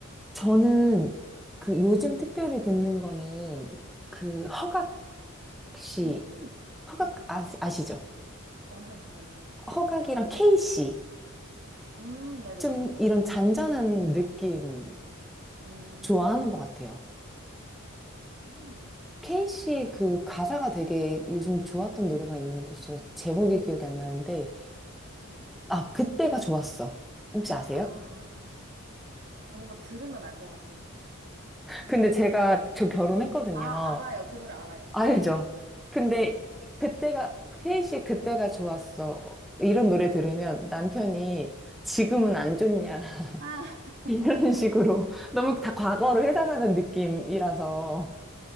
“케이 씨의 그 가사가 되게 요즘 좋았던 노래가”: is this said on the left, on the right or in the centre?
Centre